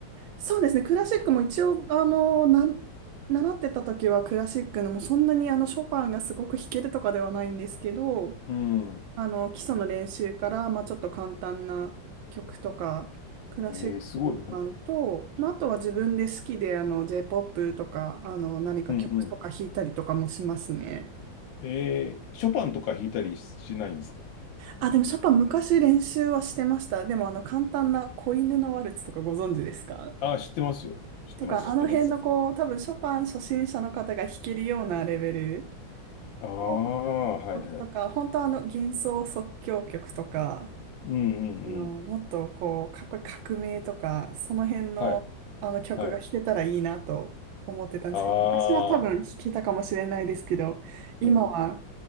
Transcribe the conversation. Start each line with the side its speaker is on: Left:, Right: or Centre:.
Right: そうですね。クラシックも一応、あの、なん、習ってた時はクラシックのもうそんなにあのショパンがすごく弾けるとかではないんですけど、
Left: うん。
Right: あの、基礎の練習から、まあちょっと簡単な曲とか、クラシック全般と、
Left: えー、すごい。
Right: まああとは自分で好きであの j ポップとか、あの、何か曲とか弾いたりとかもしますね。
Left: うんうん。えー、ショパンとか弾いたりしないんですか
Right: あ、でもショパン昔練習はしてました。でもあの簡単な子犬のワルツとかご存知ですか
Left: ああー、知ってますよ。知ってます、
Right: とか、
Left: 知ってます。
Right: あの辺のこう、多分ショパン初心者の方が弾けるようなレベル
Left: ああ、
Right: の
Left: はいはい。
Right: 曲とか、本当あの幻想即興曲とか、
Left: うんうんうん。
Right: あの、もっとこう、かっこいい革命とか、その辺のあの曲が弾けたらいいなと思ってたんですけど、
Left: はい、はい。ああ、
Right: 昔は多分弾けたかもしれないですけど、今は
Left: うん、